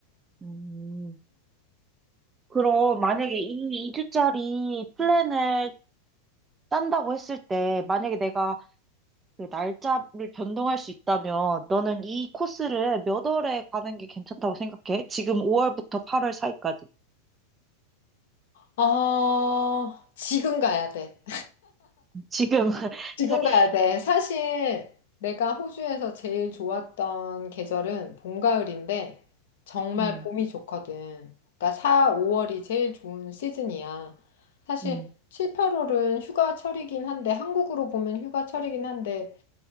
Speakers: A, on the right; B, on the left.
A: 음. 그럼 만약에 이 2주짜리 플랜을 짠다고 했을 때, 만약에 내가 그 날짜를 변동할 수 있다면, 너는 이 코스를 몇 월에 가는 게 괜찮다고 생각해? 지금 5월부터 8월 사이까지.
B: 아, 지금 가야 돼.
A: 지금. <laughs>
B: 지금 가야 돼. 사실 내가 호주에서 제일 좋았던 계절은 봄, 가을인데 정말
A: 음,
B: 봄이 좋거든. 그러니까 4, 5월이 제일 좋은 시즌이야. 사실
A: 음.
B: 7, 8월은 휴가철이긴 한데 한국으로 보면 휴가철이긴 한데